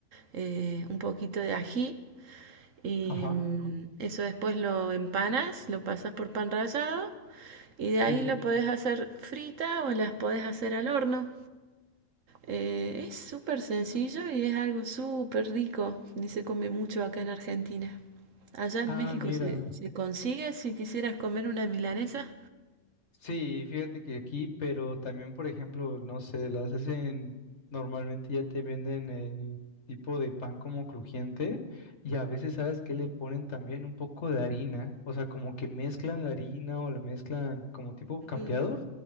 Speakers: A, on the right; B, on the left.
A: eh, un poquito de ají y
B: Ajá,
A: mm, eso después lo empanas, lo pasas por pan rallado y de
B: sí,
A: ahí
B: sí.
A: lo podés hacer frita o las podés hacer al horno. Eh, es súper sencillo y es algo súper rico y se come mucho acá en Argentina. Allá en
B: Ah,
A: México
B: mira.
A: se, se consigue si quisieras comer una milanesa.
B: Sí, fíjate que aquí, pero también, por ejemplo, no sé, las hacen, normalmente ya te venden el tipo de pan como crujiente y a veces sabes que le ponen también un poco de harina, o sea, como que mezclan la harina o la mezclan como tipo capeado
A: Mm,